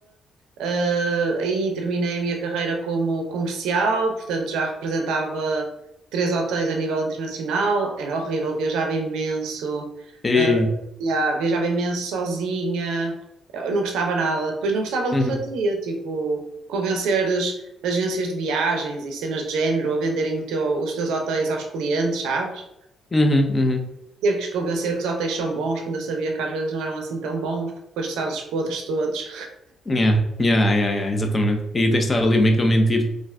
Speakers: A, on the right (about 90°); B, on the left (about 25°).
A: Ah, aí terminei a minha carreira como comercial, portanto já representava três hotéis a nível internacional, era horrível, viajava imenso.
B: e,
A: ah, já, viajava imenso sozinha, eu não gostava nada. Depois não gostava do
B: uhum,
A: que fazia, tipo, convencer as agências de viagens e cenas de género a venderem o teu- os teus hotéis aos clientes, sabes?
B: uhum, uhum.
A: Ter que os convencer que os hotéis são bons, quando eu sabia que às vezes não eram assim tão bons, porque depois tu sabes os podres todos.
B: Yeah, yeah, yeah, yeah, exatamente. E aí tens de estar ali meio que a mentir,